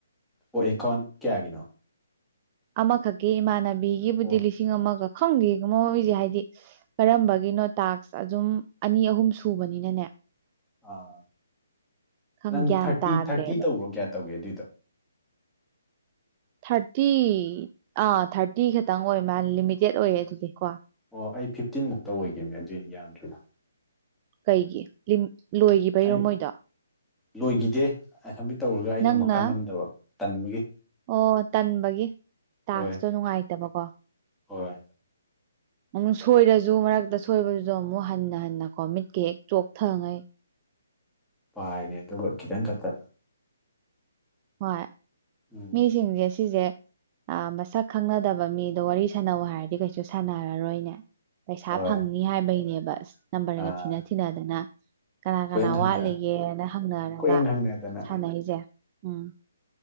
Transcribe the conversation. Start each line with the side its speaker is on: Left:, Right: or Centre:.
Centre: ꯑꯣ ꯑꯦꯀꯥꯎꯟ ꯀꯌꯥꯒꯤꯅꯣ
Right: ꯑꯃꯈꯛꯀꯤ ꯏꯃꯥꯟꯅꯕꯤꯒꯤꯕꯨꯗꯤ
Centre: ꯑꯣ
Right: ꯂꯤꯁꯤꯡ ꯑꯃꯒ ꯈꯪꯗꯦ ꯃ ꯃꯣꯏꯁꯦ ꯍꯥꯏꯗꯤ ꯀꯔꯝꯕꯒꯤꯅꯣ ꯇꯥꯛꯁ ꯑꯗꯨꯝ ꯑꯅꯤ ꯑꯍꯨꯝ ꯁꯨꯕꯅꯤꯅꯅꯦ
Centre: ꯑꯥ
Right: ꯈꯪ
Centre: ꯅꯪ
Right: ꯒ꯭ꯌꯥꯟ
Centre: ꯊꯥꯔꯇꯤ
Right: ꯇꯥꯗ꯭ꯔꯦꯕ
Centre: ꯊꯥꯔꯇꯤ ꯇꯧꯕ꯭ꯔꯣ ꯀꯌꯥ ꯇꯧꯒꯦ ꯑꯗꯨꯏꯗꯣ
Right: ꯊꯥꯔꯇꯤ ꯑꯥ ꯊꯥꯔꯇꯤ ꯈꯇꯪ ꯑꯣꯏ ꯃꯥ ꯂꯤꯃꯤꯇꯦꯠ ꯑꯣꯏꯌꯦ ꯑꯗꯨꯗꯤ ꯀꯣ
Centre: ꯑꯣ ꯑꯩ ꯐꯤꯞꯇꯤꯟ ꯃꯨꯛꯇ ꯑꯣꯏꯈꯤꯕꯅꯦ ꯑꯗꯨꯏꯅꯤ ꯌꯥꯝꯗ꯭ꯔꯤꯗꯣ
Right: ꯀꯩꯒꯤ ꯂꯤꯝ ꯂꯣꯏꯒꯤꯕꯩꯔꯣ
Centre: ꯑꯩ
Right: ꯃꯣꯏꯗꯣ
Centre: ꯂꯣꯏꯈꯤꯗꯦ ꯑ ꯑꯦꯃꯤꯠ ꯇꯧꯔꯒ ꯑꯩꯅ
Right: ꯅꯪꯅ
Centre: ꯃꯈꯥ ꯅꯝꯗꯕ ꯇꯟꯕꯒꯤ
Right: ꯑꯣ ꯇꯟꯕꯒꯤ ꯇꯥꯛꯁꯇꯣ
Centre: ꯍꯣꯏ
Right: ꯅꯨꯡꯉꯥꯏꯇꯕꯀꯣ
Centre: ꯍꯣꯏ
Right: ꯑꯃꯨꯛ ꯁꯣꯏꯔꯁꯨ ꯃꯔꯛꯇ ꯁꯣꯏꯕꯗꯨꯁꯨ ꯑꯃꯨꯛ ꯍꯟꯅ ꯍꯟꯅꯀꯣ ꯃꯤꯠꯀ ꯍꯦꯛ ꯆꯣꯛꯊꯉꯩ
Centre: ꯄꯥꯏꯅꯦ ꯑꯗꯨꯒ ꯈꯤꯇꯪ ꯈꯛꯇ
Right: ꯍꯣꯏ
Centre: ꯎꯝ
Right: ꯃꯤꯁꯤꯡꯁꯦ ꯁꯤꯖꯦ ꯑ ꯃꯁꯛ ꯈꯪꯅꯗꯕ ꯃꯤꯗꯣ ꯋꯥꯔꯤ ꯁꯥꯟꯅꯧ ꯍꯥꯏꯔꯗꯤ ꯀꯩꯁꯨ ꯁꯥꯟꯅꯔꯔꯣꯏꯅꯦ ꯄꯩꯁꯥ
Centre: ꯍꯣꯏ
Right: ꯐꯪꯅꯤ ꯍꯥꯏꯕꯩꯅꯦꯕ ꯅꯝꯕꯔꯒ
Centre: ꯑꯥ
Right: ꯊꯤꯅ ꯊꯤꯅꯗꯅ ꯀꯅꯥ
Centre: ꯀꯣꯏꯍꯪ
Right: ꯀꯅꯥ
Centre: ꯍꯪꯅ
Right: ꯋꯥꯠꯂꯤꯒꯦꯅ ꯍꯪꯅꯔꯒ
Centre: ꯀꯣꯏꯍꯪ ꯍꯪꯅꯗꯅ
Right: ꯁꯥꯟꯅꯩꯁꯦ ꯎꯝ